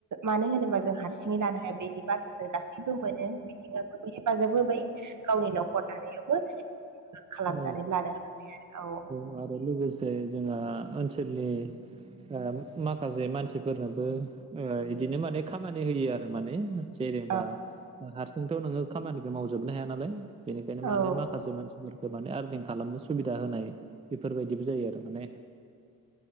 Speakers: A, on the right (about 45°); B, on the right (about 15°).
A: मानो होनोबा जों हारसिङै लानो हाया बेनि बारखौ जों गासैबो मोनो। मिथिंगाखौबो हेफाजाब होबाय गावनि न'खर दानायावबो <inaudible> खालामनानै
B: औ
A: लानो हाबाय आरो औ
B: आरो लोगोसे जोंहा ओनसोलनि आं माखासे मानसिफोरनोबो ओ इदिनो माने खामानि होयो आरो माने जेनेबा
A: औ
B: हारसिंथ' नोङो खामानिखौ मावजोबनो हाया नालाय बेनिखायनो माने
A: औ
B: मा माखासे मानसिफोरखौ माने आरनिं खालामनो सुबिदा होनाय बेफोरबायदिबो जायो आरो माने